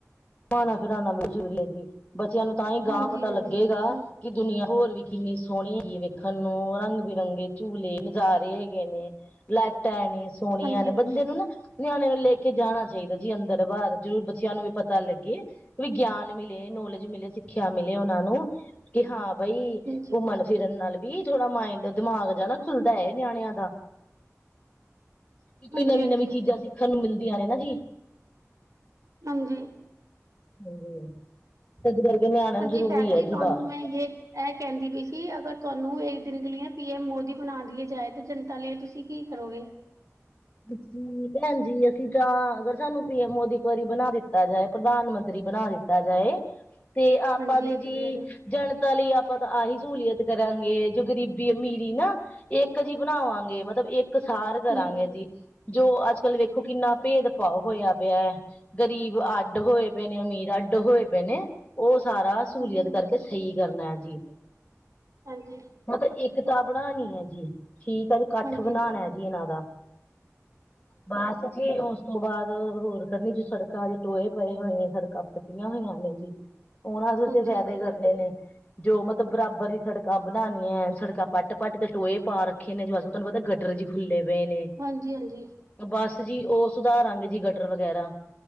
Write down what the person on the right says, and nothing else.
ਹਾਂਜੀ
ਹਾਂਜੀ
ਹਾਂ-
ਹਾਂਜੀ
ਹਾਂਜੀ
ਹਾਂਜੀ
ਹਾਂਜੀ
ਹਾਂਜੀ
ਹਾਂਜੀ
ਹਾਂਜੀ,
ਹਾਂਜੀ
ਭੈਣ
ਤੁਹਾਨੂੰ
ਮੈਂ ਯੇ ਇਹ ਕਹਿੰਦੀ ਪਈ ਸੀ ਅਗਰ ਤੁਹਾਨੂੰ ਇੱਕ ਦਿਨ ਕੇ ਲੀਏ ਪੀ ਐਮ ਮੋਦੀ ਬਣਾ ਦੀਏ ਜਾਏ ਤੇ ਜਨਤਾ ਲਈ ਤੁਸੀਂ ਕੀ ਕਰੋਗੇ।
ਹਾਂਜੀ
ਇੱਕ
ਦਿਨ ਲਈ
ਹਾਂਜੀ
ਹਾਂਜੀ।
ਹਾਂਜੀ
ਹਾਂਜੀ
ਹਾਂਜੀ
ਹਾਂਜੀ।
ਹਾਂਜੀ ਹਾਂਜੀ।